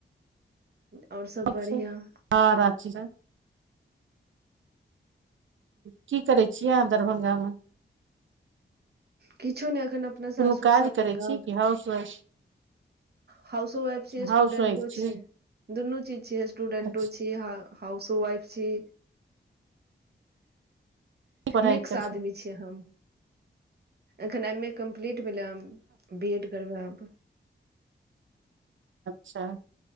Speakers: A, on the right; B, on the right.
A: आओर सब
B: ठीक
A: बढ़िआं।
B: छै हँ रांची स की करै छीयै अहाँ दरभंगा मे?
A: किछु नहि एखन अपना
B: कोनो
A: सासुरसँ
B: काज
A: अपन
B: करै
A: गाम
B: छी कि हाउस वाइफ
A: हाउसोवाइफ छियै
B: हाउस
A: स्टूडेंटो
B: वाइफ छी
A: छियै दुनू चीज छियै स्टूडेंटो
B: अच्छा
A: छियै। जी हां हाउसोवाइफ छी
B: की पढ़ाइ
A: मिक्स
B: करै
A: आदमी
B: छी
A: छियै हम एखन एम ए कम्प्लीट भेलै हन। बी एड करबै अब।
B: अच्छा